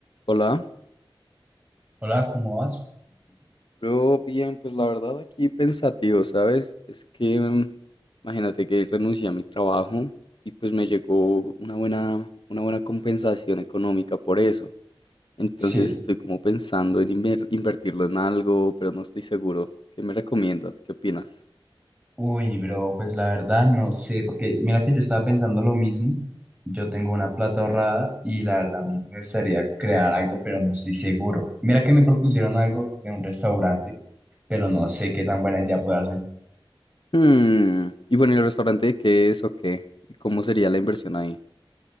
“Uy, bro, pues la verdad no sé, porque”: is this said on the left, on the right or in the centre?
Right